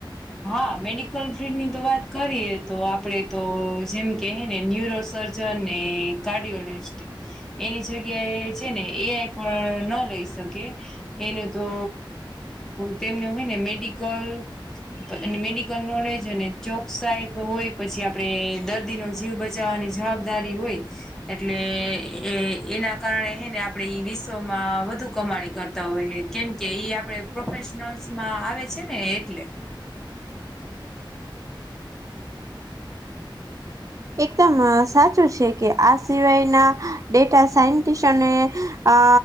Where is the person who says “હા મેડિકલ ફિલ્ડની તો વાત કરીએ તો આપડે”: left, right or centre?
Centre